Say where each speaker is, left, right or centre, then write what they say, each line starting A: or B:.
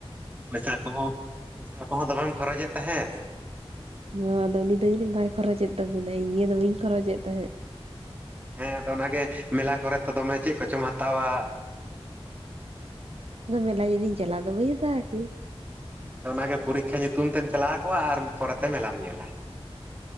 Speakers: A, on the right; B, on the right.
A: ᱯᱚᱭᱥᱟ ᱠᱚᱦᱚᱸ, ᱯᱚᱭᱥᱟ ᱠᱚᱦᱚᱸ ᱫᱚᱢᱮᱢ ᱠᱷᱚᱨᱚᱪᱮᱜ ᱛᱟᱦᱮᱸᱜ᱾
B: ᱚ ᱟᱫᱚ ᱩᱱᱤ ᱫᱚ ᱡᱟᱹᱱᱤᱡ ᱵᱟᱭ ᱠᱷᱚᱨᱚᱪᱮᱜ ᱛᱟᱵᱤᱱᱟ ᱤᱧᱜᱮ ᱫᱚᱢᱟᱹᱧ ᱠᱷᱚᱨᱚᱪᱮᱜ ᱛᱟᱦᱮᱸᱜ᱾
A: ᱦᱮᱸ ᱟᱫᱚ ᱚᱱᱟᱜᱮ ᱢᱮᱞᱟ ᱠᱚᱨᱮ ᱛᱚ ᱫᱚᱢᱮ ᱪᱮᱫ ᱠᱚᱪᱚᱢ ᱦᱟᱛᱟᱣᱟ᱾
B: ᱟᱫᱚ ᱢᱮᱞᱟ ᱡᱩᱫᱤᱧ ᱪᱟᱞᱟᱜ ᱟᱫᱚ ᱵᱟᱹᱧ ᱦᱟᱛᱟᱣᱟ ᱠᱤ᱾
A: ᱟᱫᱚ ᱚᱱᱟᱜᱮ ᱯᱚᱨᱤᱠᱠᱷᱟ ᱧᱩᱛᱩᱢ ᱛᱮᱢ ᱪᱟᱞᱟᱣ ᱠᱚᱜᱼᱟ, ᱟᱨ ᱯᱚᱨᱮᱛᱮ ᱢᱮᱞᱟᱢ ᱧᱮᱞᱟ᱾